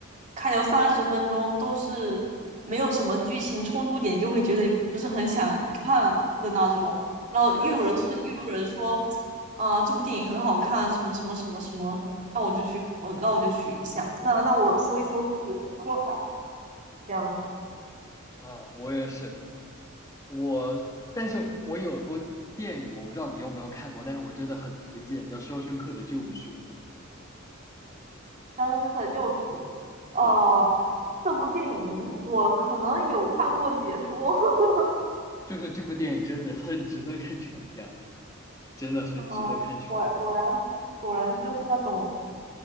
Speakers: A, on the right (about 35°); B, on the left (about 15°).
A: 开头三十分钟都是没有什么剧情冲突点，就会觉得不是很想看的那种。
B: 啊，
A: 然后又有人说，
B: 我也是，
A: 又有人说，啊、这部电影很好看，什么什么什么什么，那我就去，我那我就去一下，那那我搜一搜也就好，这样
B: 啊，我也是。我，但是我有一部电影，我不知道你有没有看过，但是我真的很推荐，叫《肖申克的救赎》。
A: 子。肖申克的救赎》。
B: 对，
A: 呃，这部电影我可能有看过解说，<laughs>
B: 就是这部电影真的很值得看全片，真的很值得看全片。
A: 啊，果果然果然就是那种